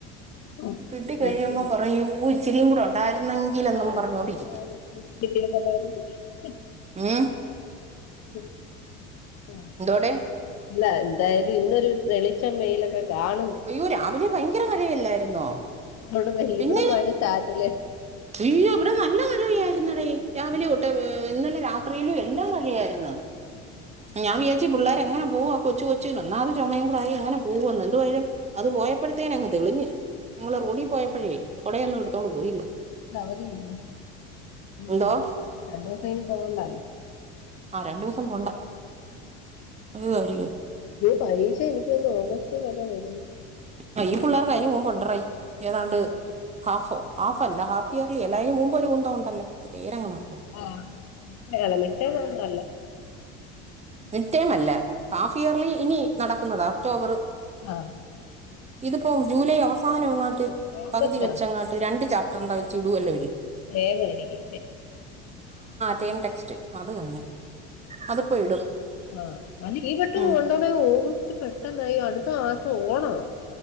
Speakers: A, on the left; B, on the right.
A: ആന്ന്
B: കിട്ടി കഴിയുമ്പോ
A: സത്യവാ
B: പറയൂ ഇച്ചിരിയും കൂടെ ഉണ്ടായിരുന്നെങ്കില് എന്നും
A: ആഹ്
B: പർഞ്ഞോണ്ടിരിക്കും
A: അത് <unintelligible>
B: ഉം
A: ഉം ആ
B: ന്തൊടെ
A: അല്ല എന്തായാലും ഇന്നൊരു വെളിച്ചം വെയിലൊക്കെ കാണുന്ന്
B: അയ്യോ രാവിലെ ഭയങ്കര മഴയല്ലായിരുന്നോ
A: ഇവടെ വെല്ലി
B: പിന്നെ
A: ഇവടെ മഴ ചാറ്റലെ
B: അയ്യോ ഇവടെ നല്ല മഴയായിരുന്നടേ രാവിലെ
A: ആഹ്
B: തൊട്ട് ഇന്നലെ രാത്രിയിലും എല്ലാം മഴയായിരുന്നു ഞാൻ വിജാരി കൊച്ചു പിള്ളേര് എങ്ങനെ പോവു ആ കൊച് കൊച്ചു ഒന്നാമത് ചോമയും കൂടായി എങ്ങനെ പോവന്ന് എന്തുവായാലും അത് പോയപ്പോഴത്തേനങ്ങ് തെളിഞ്ഞ് ഞങ്ങള് റൊഡി പോയപ്പോഴേ കോടയൊന്നും എടുത്തോണ്ട് പോയില്ല
A: അവധിയില്ല <unintelligible>
B: എന്തോ
A: രണ്ടു ദിവസം ഇനി പോവണ്ടാലോ
B: ആ രണ്ടൂസം പോണ്ട അത് കാര്യായി
A: പരീക്ഷ എനിക്ക് തോന്നുന്നു ഓഗസ്റ്റിലൊക്കെ വരുന്ന്
B: ആ ഈ പിള്ളേർക്കയിനു മുമ്പ്ണ്ടറേ ഏതാണ്ട് ഹാഫോ ഹാഫ് അല്ല ഹാഫിയർലി എല്ല അഴിന് മുമ്പൊരു കുന്തം ഉണ്ടല്ലേ പേരങ്ങ് മറ
A: ആ അല്ല മിട് ടെമ് ഒന്നു അല്ല
B: മിഡ് ടൈം അല്ല ഹാഫ് ഇയർലി ഇനി നടക്കുന്നത ഒക്ടോബറ്
A: ആ
B: ഇതിപ്പോ ജൂലൈ അവസാനം എങ്ങാട്ട്
A: ടേം
B: പകുതി
A: ടെസ്റ്റ്
B: വെച്ചങ്ങാ
A: ആണ്
B: രണ്ട് ചാപ്ടർണ്ട വെച് ഇടുവല്ലേ അവര്
A: <unintelligible> ഏ അല്ലങ്കി
B: ടേം ടെക്സ്റ്റ് അത് തന്നെ അതിപ്പോ ഇടും
A: ആ അത് ഈ പെട്ടെന്ന്
B: ഉം
A: കൊണ്ടോന്ന ഓഗസ്റ്റ് പെട്ടെന്നായി അടുത്ത മാസം ഓണവാ